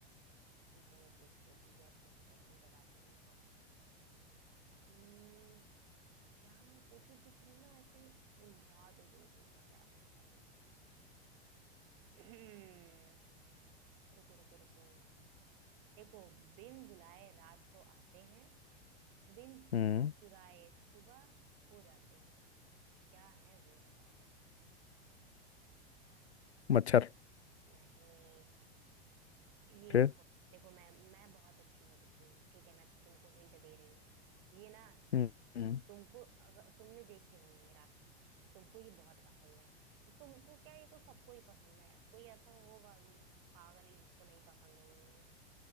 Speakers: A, on the right (about 55°); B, on the left (about 80°).
A: ठीक है मैं पूछती हूँ ठीक है तुमसे अभी बताती हूँ तुमको हम्म क्या मैं पूछूं जो तुम ना ऐसे उलझा दो तुमको मजा आ जाएगा फिर से हम्म, रुको रुको रुको देखो बिन बुलाए रात को आते हैं बिन
B: हम्म
A: चुराए सुबह खो जाते हैं क्या है वो बताओ तो
B: मच्छर
A: नहीं ये
B: फिर
A: देखो देखो मैं मैं बहुत अच्छी लड़की हूँ ठीक है मैं तो तुमको हिंट दे रही हूँ ये ना
B: हम्म हम्म,
A: तुमको अगर तुमने देखी होंगी रात में तुमको ये बहुत पसंद है तुमको क्या ये तो सबको ही पसंद है कोई ऐसा होगा पागल ही जिसको नहीं पसंद होंगे ये